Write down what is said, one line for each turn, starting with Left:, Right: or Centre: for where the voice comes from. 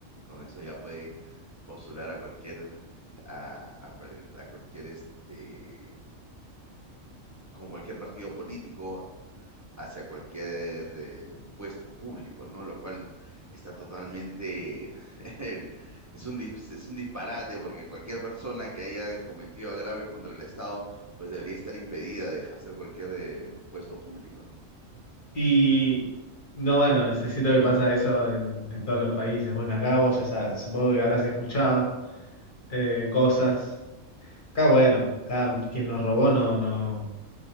Right: con eso ya puede postular a cualquier a, a cual- a cualquier este con cualquier partido político hacia cualquier eh, puesto público, ¿no? Lo cual está totalmente <laughs> el- es un dis- es un disparate porque cualquier persona que haya cometido agravios contra el Estado pues debería estar impedida de ejercer cualquier eh, puesto público, ¿no?
Left: Y no, bueno, se siento que pasa eso en, en todos los países. Bueno, acá vos ya sabes, supongo que habrás escuchado eh, cosas. Acá, bueno, acá quien nos robó no, no.